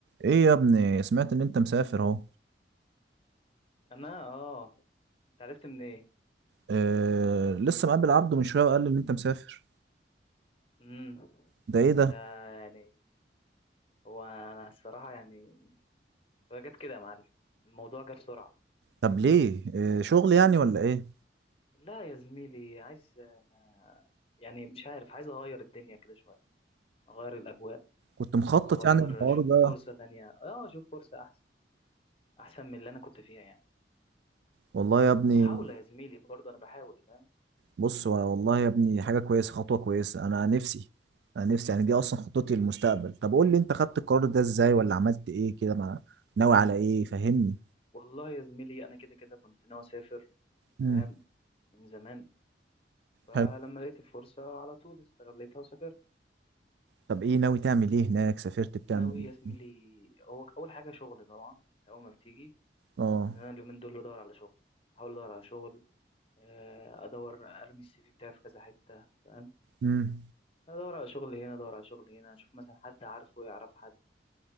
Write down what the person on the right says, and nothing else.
ايه يا ابني سمعت ان انت مسافر اهو
آه لسه مقابل عبده من شويه وقال لي ان انت مسافر
ده ايه
ده
طب ليه آه شغل يعني ولا ايه
كنت مخطط
يعني الحوار
ده
والله يا ابني
بص والله يا ابني حاجه كويسه خطوه كويسه انا نفسي انا نفسي يعني دي اصلا خطتي للمستقبل طب قول لي انت خدت القرار ده ازاي ولا عملت ايه كده مع ناوي على ايه فهمني
امم
حلو
طب ايه ناوي تعمل ايه هناك سافرت بتعمل
ايه
اه
امم